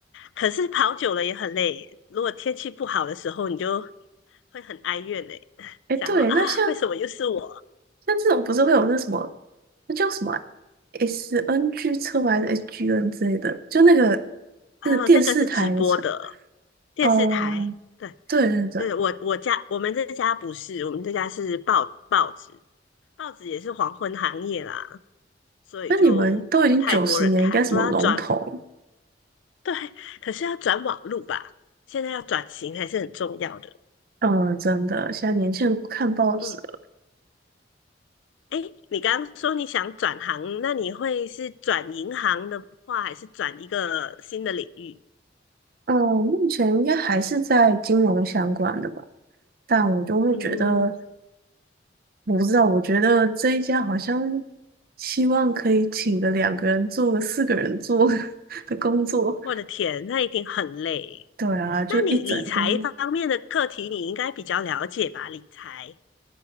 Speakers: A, on the left; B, on the right.
A: 可是跑久了也很累，如果天气不好的时候，你就会很哀怨哎、
B: 诶，
A: 想说啊，
B: 对，那像。
A: 为什么又是我？
B: 像这种不是会有那什么，那叫什么啊？SNG 车吗？还是 SGN 之类的？就那个
A: 啊，
B: 那个电视台的车。
A: 那个是直播的电视台。
B: 哦，
A: 对，
B: 对对对，
A: 对，我我家我们这家不是，我们这家是报报纸，报纸也是黄昏行业啦，所以就不太多人看，
B: 那你们都已经九十年，应该什么龙头？
A: 都要转，<laughs> 对，可是要转网路吧，现在要转型还是很重要的。
B: 嗯，真的，现在年轻人不看报纸了
A: 嗯，哎，你刚刚说你想转行，那你会是转银行的话，还是转一个新的领域？
B: 嗯，目前应该还是在金融相关的吧，但我就会觉得，
A: 嗯，
B: 我不知道，我觉得这一家好像希望可以请个两个人做，四个人做 <laughs> 的工作。
A: 我的天，那一定很累。
B: 对啊，就一整天，
A: 那你理财方面的课题，你应该比较了解吧？理财